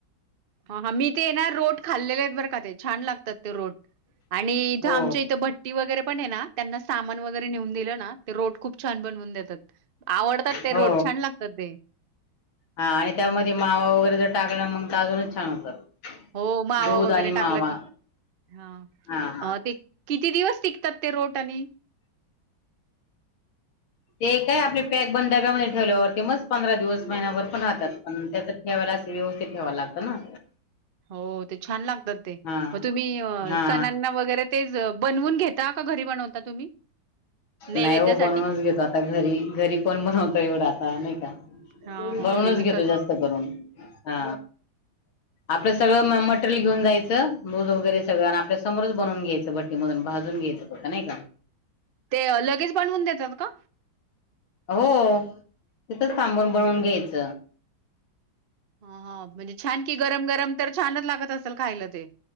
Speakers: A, on the right; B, on the left.
A: ह हा मी ते रोट खाल्लेले आहेत बरं का ते छान लागतात ते रोट आणि इथं
B: हो
A: आमच्या इथं भट्टी वगैरे पण आहे ना. त्यांना सामान वगैरे नेऊन दिलं ना ते रोट खूप छान बनवून देतात. आवडतात ते
B: हो
A: रोट छान लागतात ते
B: हा आणि त्यामध्ये मावा वगैरे जर टा मग अजूनच छान होतात.
A: हो मावा
B: दूध
A: वगैरे
B: आणि
A: टाकला
B: मावा
A: की ह
B: हा हा
A: ते किती दिवस टिकतात ते रोट आणि
B: ते काय आपले पॅक बन ाब्यामध्ये ठेवल्यावरती मच पंधरा दिवस महिन्याभर पण राहतात पण त्याच ठेवायला असे व्यवस्थित ठेवायला लागत ना.
A: हो ते छान लागतात. ते
B: हा
A: म तुम्ही
B: हा
A: सणांना वगैरे तेच बनवून घेता का घरी बनवता तुम्ही नैवेद्यासाठी
B: नाही हो बनवूनच घेतो आता घरी घरी पण बनवतो एवढं आता नाही का
A: हा
B: बनवूनच
A: हा ते विकत
B: घेतो जास्त करून हा आपलं सगळं मटरेल घेऊन जायचं दूध वगैरे सगळं आणि आपल्या समोरच बनवून घ्यायचं. भट्टीमधून भाजून घ्यायचं नाही का
A: ते लगेच बनवून देतात का.
B: हो तिथंच थांबून बनवून घ्यायच.
A: हा म्हणजे छान की गरम गरम तर छानच लागत असेल. खायला ते